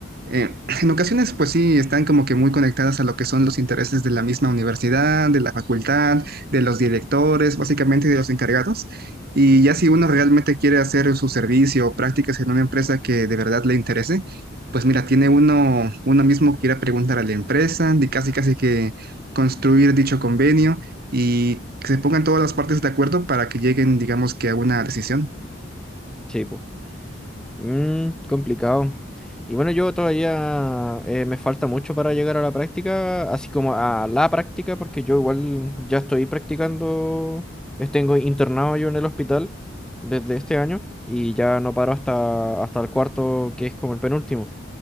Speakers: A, on the right; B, in the centre.
A: Eh, <clears throat> en ocasiones pues sí están como que muy conectadas a lo que son los intereses de la misma universidad, de la facultad, de los directores, básicamente de los encargados. Y ya si uno realmente quiere hacer su servicio o prácticas en una empresa que de verdad le interese, pues mira, tiene uno, uno mismo que ir a preguntar a la empresa, y casi casi que construir dicho convenio y que se pongan todas las partes de acuerdo para que lleguen, digamos que a una decisión.
B: Sí, pues. Mm, complicado. Y bueno, yo todavía eh, me falta mucho para llegar a la práctica, así como a la práctica, porque yo igual ya estoy practicando, eh, tengo internado yo en el hospital desde este año y ya no paro hasta, hasta el cuarto, que es como el penúltimo.